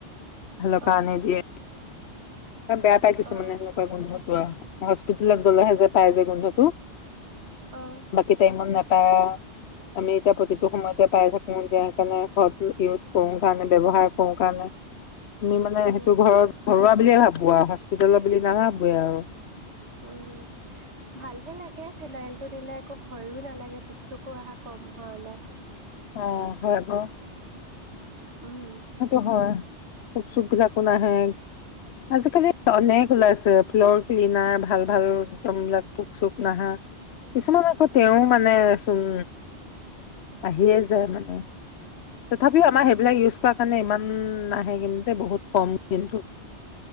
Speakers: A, on the left; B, on the right.
A: ভালৰ
B: অ
A: কাৰণে দিয়ে। বেয়া পাই কিছুমানে
B: অ
A: সেনেকুৱা গোন্ধটো হস্পিতেলত গ'লেহে যে পাই যে গোন্ধতো।
B: অ'।
A: বাকি টাইমত নাপায় আৰু। আমি এতিয়া প্ৰতিটো সময়তে পাই থাকো এতিয়া সেইকাৰণে ঘৰত ইউজ কৰো কাৰণে ব্যৱহাৰ কৰো কাৰণে।
B: <inaudible>
A: তুমি মানে
B: উম
A: সেইটো ঘৰত ঘৰুৱা বুলিয়ে ভাবো আৰু হস্পিতালৰ বুলি নাভাবোৱে আৰু।
B: উম। ভালহে লাগে ফেনাইলটো দিলে একো ভয়ো নালাগে পোক চোকো অহা কম হয় অলপ।
A: অ', হয় আকৌ।
B: উম।
A: সেইটো হয় পোক চোকবিলাকো নাহে। আজিকালি অনেক ওলাইছে ফ্ল'ৰ ক্লিনাৰ ভাল ভাল একদম এইবিলাক পোক চোক নাহা। কিছুমান আকৌ তেওঁ মানে চোন আহিয়ে যায় মানে। তথাপিও আমাৰ সেইবিলাক ইউজ কৰা কাৰণে ইমান নাহে কিন্তুতে বহুত কম কিন্তু।